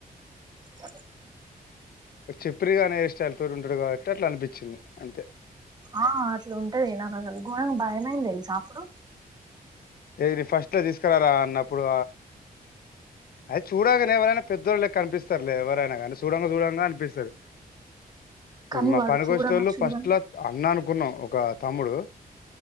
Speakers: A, on the right; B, on the left.
A: అ
B: చెప్పురిగా అనే ఏ స్టైల్ తో ఉంటాడు కాబట్టి అట్లా అనిపించింది అంతే
A: ఆ అట్లు ఉంటది నాకు అసలు గుణం భయమైంది తెలుసా అప్పుడు
B: ఏ ఫస్ట్ లో తీసుకురాలా అన్నప్పుడు అయితే చూడంగానే ఎవరైనా పెద్దోళ్ళుళ కనిపిస్తారులే ఎవరైనా కానీ చూడంగా చూడంగా అనిపిస్తది ఇప్పుడు
A: కానీ
B: మా
A: వాడు
B: పనికి
A: చూడంగా
B: వచ్చే టోళ్ళు
A: చూడంగా
B: ఫస్ట్లా అన్నాను అనుకున్నాం ఒక తమ్ముడు